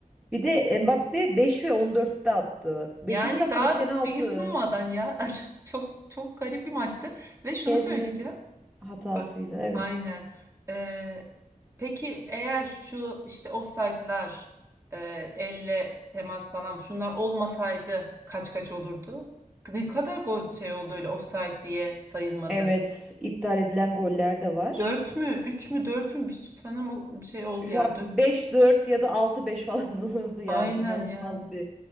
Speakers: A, in the centre; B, on the right (about 20°).
A: Bir de Mbappe 5 ve 14'te attı.
B: Yani
A: 5. dakikada
B: daha
A: penaltı.
B: bir ısınmadan ya. <laughs> Çok çok garip bir maçtı. Ve şunu
A: Şezni'nin
B: söyleyeceğim.
A: hatasıyla.
B: Bak
A: Evet.
B: aynen. Ee, peki eğer şu işte ofsaytlar, e, elle temas falan şunlar olmasaydı kaç kaç olurdu? Ne kadar gol şey oldu öyle ofsayt diye sayılmadı.
A: Evet. iptal edilen goller de var.
B: 4 mü? üç mü? dört mü? Bir sanırım o şey oldu
A: Şu
B: ya.
A: an
B: dört
A: 5-4 ya da 6-5 falan <laughs> olurdu yani.
B: Aynen
A: İnanılmaz
B: ya.
A: bir